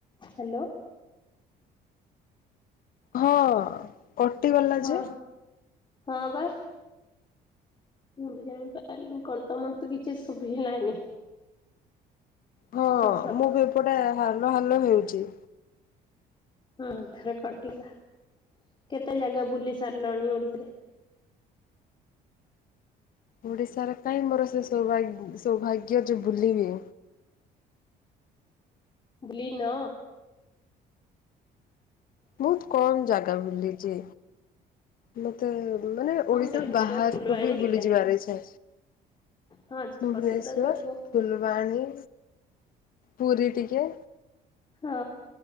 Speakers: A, on the left; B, on the left.
A: Hello
B: ହଁ। କଟିଗଲା
A: ହଁ
B: ଯେ?
A: ହଁ ବା ମୁଁ ବି ଜାଣିପାରିଲି କଲ ଟା ମତେ କିଛି ଶୁଭିଲାନି।
B: ହଁ
A: ଶବ୍ଦ।
B: ମୁଁ ବି ଏପଟେ। ହାଲ ହାଲ ହେଉଚି।
A: ହଁ ଥରେ କଟିଲା କେତେ ଜାଗା ବୁଲି ସାରିଲାଣି ଓଡିଶୀରେ।
B: ଓଡିଶାରେ କାଇହିଁ ମୋର ସେ ସାଗ ସୌଭାଗ୍ୟ ଯେ ବୁଲିବି।
A: ଦଲିନ।
B: ବହୁତ କମ ଜାଗା। ବୁିଲଛି ମତେ। ମାନେ
A: ଆଉ
B: ଓଡିଶା
A: ଭୁବନେଶ୍ୱର
B: ବାହାରକୁ
A: ଫୁଲବାଣୀ
B: ବି
A: ଦିଟା
B: ବୁଲି ଯିବାର ଆଜି।
A: ହଁ
B: ଭୁବନେଶ୍ଵର
A: ବସେଇଦା କରିବ
B: ଫୁଲବାଣୀ। ପୁରୀ ଟିକେ।
A: ହଁ